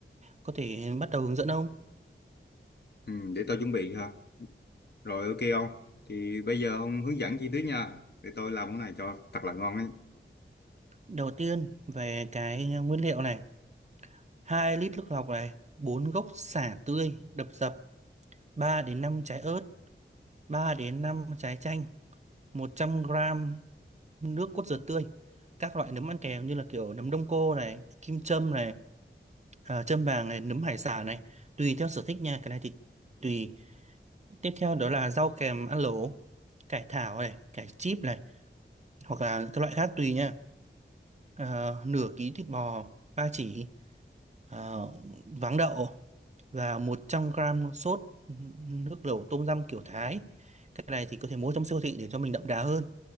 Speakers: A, on the right; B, on the left.
A: có thể bắt đầu hướng dẫn ông.
B: Ừ, để tôi chuẩn bị ha. Rồi ok ông. Thì bây giờ ông hướng dẫn chi tiết nha. Để tôi làm món này cho thật là ngon ấy.
A: Đầu tiên về cái nguyên liệu này, 2 lít nước lọc này, 4 gốc sả tươi đập dập, 3 đến 5 trái ớt, 3 đến 5 trái chanh, 100 gram nước cốt dừa tươi các loại nấm ăn kèm như là kiểu nấm đông cô này kim châm này à, châm vàng này nấm hải sản này tùy theo sở thích nha cái này thì tùy tiếp theo đó là rau kèm ăn lẩu cải thảo này cải chip này hoặc là các loại khác tùy nha Ờ, nửa ký thịt bò ba chỉ ờ, váng đậu và 100 gram sốt nước lẩu tôm răm kiểu Thái cái này thì có thể mua trong siêu thị để cho mình đậm đà hơn